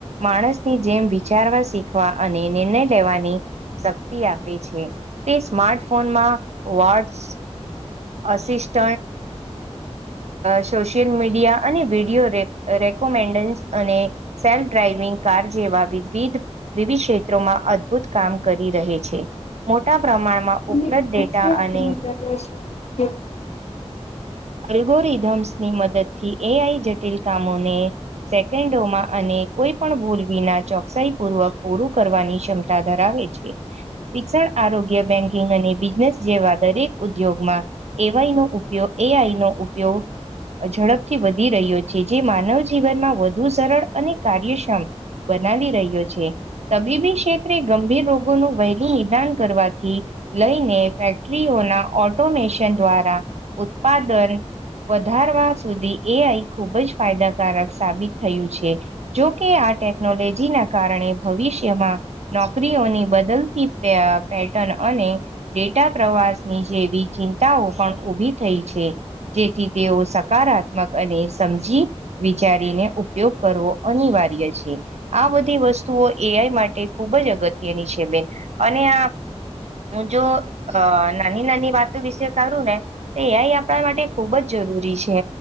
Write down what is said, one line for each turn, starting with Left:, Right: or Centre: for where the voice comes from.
Right: માણસની જેમ વિચારવા શીખવા અને નિર્ણય લેવાની શક્તિ આપે છે, તે સ્માર્ટફોનમાં વોટસ અસિસ્ટન્ટ સોશિયલ મીડિયા અને વિડીયો રેકોમેન્ડન્સ અને સેલ્ફ ડ્રાઈવિંગ કાર જેવા વિવિધ વિવિધ ક્ષેત્રોમાં અદભુત કામ કરી રહે છે. મોટા પ્રમાણમાં
Left: તમને
Right: ઉ બ્લડ
Left: ખબર
Right: ડેટા
Left: છે
Right: અને
Left: <inaudible>
Right: અલ્ગોરીધમ્સની મદદથી, એ આઈ જટિલ કામોને સેકન્ડોમાં અને કોઈ પણ ભૂલવિના ચોકસાઈ પૂર્વક પૂરું કરવાની ક્ષમ તા ધરાવે છે. શિક્ષણ, આરોગ્ય, બેંકિંગ અને બિઝનેસ જેવા દરેક ઉદ્યોગમાં એવાઈ નો ઉપયોગ, એ આઈ નો ઉપયોગ ઝડપથી વધી રહ્યો છે, જે માનવ જીવનમાં વધુ સરળ અને કાર્યક્ષમ બનાવી રહ્યો છે. તબીબી ક્ષેત્રે ગંભીર રોગોનું વહેલું નિદાન કરવાથી લઈને ફેક્ટરીઓના ઓટોમેશન દ્વારા, ઉત્પાદન વધારવા સુધી એ આઈ ખૂબ જ ફાયદાકારક સાબિત થયું છે. જોકે આ ટેકનોલોજીના કારણે ભવિષ્યમાં નોકરીઓની બદલતી પેટર્ન, અને ડેટા પ્રવાસની જેવી ચિંતાઓ પણ ઉભી થઈ છે. જેથી તેઓ સકારાત્મક અને સમજી વિચારીને ઉપયોગ કરવો અનિવાર્ય છે. આ બધી વસ્તુઓ એ આઈ માટે ખૂબ જ અગત્યની છે બેન, અને આ હું જો નાની નાની વાતો વિશે કરું ને. તો એય આપણા માટે ખુબ જ જરૂરી છે.